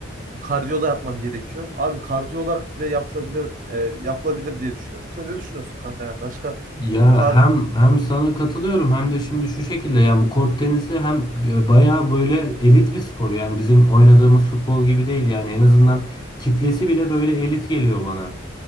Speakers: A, on the right; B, on the left.
A: kardiyo da yapmam gerekiyor. Abi kardiyo olarak bile yapılabilir e, yapılabilir diye düşünüyorum. Sen ne düşünüyorsun kanka? Yani başka
B: Ya
A: bu kar
B: hem hem sana katılıyorum hem de şimdi şu şekilde yani bu kort tenisi hem e, bayağı böyle elit bir spor. Yani bizim oynadığımız futbol gibi değil yani en azından kitlesi bile böyle elit geliyor bana.